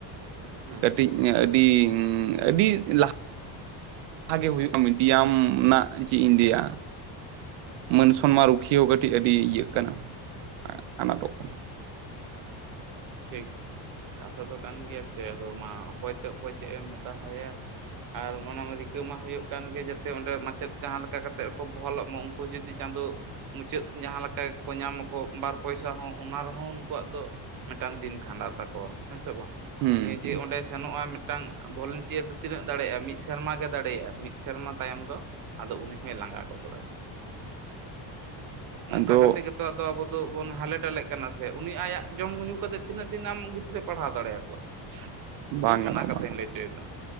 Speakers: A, on the right; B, on the right.
A: ᱦᱩᱸ
B: ᱠᱟᱹᱴᱤᱡ ᱟᱹᱰᱤ ᱩᱸ ᱟᱹᱰᱤ ᱞᱟᱼᱼ
A: <inaudible>
B: ᱦᱟᱸ ᱜᱮ ᱦᱩᱭᱩᱜ-ᱟ ᱢᱤᱰᱤᱭᱟᱢ ᱱᱟᱜ ᱪᱮᱫ ᱤᱧ ᱞᱟᱹᱭᱟ᱾ ᱢᱟᱹᱱᱥᱚᱱ ᱢᱟ ᱨᱩᱠᱷᱤᱭᱟᱹ ᱦᱚᱸ ᱠᱟᱹᱴᱤᱡ ᱟᱹᱰᱤ ᱤᱭᱟᱹᱜ ᱠᱟᱱᱟ ᱟ ᱟᱱᱟᱴᱚᱜ ᱠᱟᱱᱟ᱾
A: ᱴᱷᱤᱠ ᱠᱟᱛᱷᱟ ᱫᱚ ᱠᱟᱱ ᱜᱮᱭᱟ ᱥᱮ ᱟᱫᱚ ᱢᱟ ᱚᱠᱚᱭ ᱛᱚ ᱚᱠᱚᱭ ᱪᱮᱫ ᱮᱢ ᱢᱮᱛᱟ ᱦᱟᱭᱟ᱾ ᱟᱨ ᱚᱱᱟ ᱢᱟ ᱨᱤᱠᱟᱹ ᱢᱟ ᱦᱩᱭᱩᱜ ᱠᱟᱱ ᱜᱮ ᱡᱮᱛᱮ ᱚᱸᱰᱮ ᱢᱟᱪᱮᱛ ᱡᱟᱦᱟᱸ ᱞᱮᱠᱟ ᱠᱟᱛᱮᱜ ᱠᱚ ᱵᱚᱦᱟᱞᱚᱜ ᱢᱟ ᱩᱱᱼᱼ ᱠᱩ ᱡᱩᱫᱤ ᱪᱟᱸᱫᱚᱼᱼ ᱢᱩᱪᱟᱹᱫ ᱡᱟᱦᱟᱸ ᱞᱮᱠᱟ ᱜᱮᱠᱚ ᱧᱟᱢᱟ ᱠᱚ ᱵᱟᱨ ᱯᱚᱭᱥᱟ ᱦᱚᱸ ᱚᱱᱟ ᱨᱮᱦᱚᱸ ᱩᱱᱠᱩ ᱣᱟᱜ ᱫᱚᱼᱼ ᱢᱮᱫᱴᱟᱝ ᱫᱤᱱ ᱠᱷᱟᱸᱰᱟᱣᱜ ᱼᱼ ᱛᱟᱠᱚᱣᱟ ᱦᱮᱸ ᱥᱮ ᱵᱟᱝ
B: ᱦᱩᱸ
A: ᱩᱱᱤ ᱡᱮ
B: ᱦᱩᱸ
A: ᱚᱸᱰᱮ ᱥᱮᱱᱚᱜ ᱟᱭ ᱢᱮ ᱢᱤᱫᱴᱟᱝ ᱵᱷᱚᱞᱮᱱᱴᱤᱭᱟᱹᱨ ᱫᱚ ᱛᱤᱱᱟᱹᱜ ᱫᱟᱲᱮᱭᱟᱜ-ᱟ ᱢᱤᱫ ᱥᱮᱨᱢᱟ ᱜᱮ ᱫᱟᱲᱮᱭᱟᱜ-ᱟ ᱢᱤᱫ ᱥᱮᱨᱢᱟ ᱛᱟᱭᱚᱢ ᱫᱚᱼᱼ ᱟᱫᱚ ᱩᱱᱤ ᱦᱚᱭ ᱞᱟᱸᱜᱟ ᱜᱚᱫᱚᱜ-ᱟ᱾ ᱱᱚᱝᱠᱟ
B: ᱟᱫᱚ
A: ᱠᱟᱛᱮᱜ ᱜᱮᱛᱼᱼ ᱛᱚ ᱟᱫᱚ ᱟᱵᱚ ᱫᱚ ᱵᱚᱱ ᱦᱟᱞᱮ ᱰᱟᱞᱮᱜ ᱠᱟᱱᱟ ᱥᱮ ᱩᱱᱤ ᱟᱭᱟᱜ ᱡᱚᱢ ᱧᱩ ᱠᱟᱛᱮ ᱛᱤᱱᱟᱹᱜ ᱫᱤᱱ ᱟᱢ... ᱜᱤᱫᱽᱨᱟᱹᱭ ᱯᱟᱲᱦᱟᱣ ᱫᱟᱲᱮ ᱭᱟᱠᱚᱣᱟ?
B: <inaudible>
A: ᱤᱧ
B: ᱜᱟᱱᱚᱜᱼᱟ
A: ᱚᱱᱟ ᱠᱟᱛᱷᱟᱧ
B: ᱵᱟᱝ ᱜᱟᱱᱚᱜᱼᱟ
A: ᱞᱟᱹᱭ ᱚᱪᱚᱭ ᱮᱫᱟ᱾